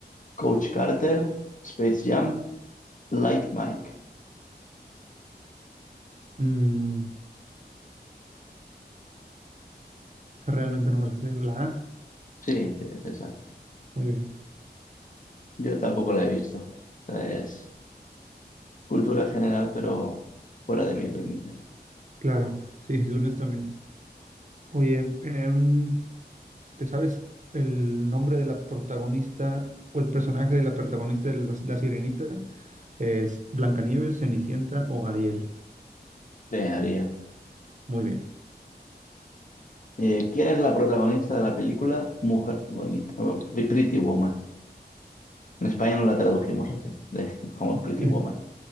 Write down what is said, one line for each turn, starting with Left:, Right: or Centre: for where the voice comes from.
Left: Coach Carter, Space Jam, Like Mike.
Right: Mm, realmente no me la sé. La A,
Left: Sí, sí, es esa.
Right: muy bien.
Left: Yo tampoco la he visto. Esta Es cultura general, pero fuera de mis límites.
Right: Claro, sí, sí, lo mío también. Oye, em, ¿te sabes el nombre de la protagonista o el personaje de la protagonista de La, la Sirenita? ¿Es Blancanieves, Cenicienta o Ariel?
Left: Bien, Ariel.
Right: Muy bien.
Left: Eh, ¿quién es la protagonista de la película Mujer Bonita? Oh, Pretty Woman. En España no la tradujimos así, de- como
Right: <laughs>
Left: Pretty Woman.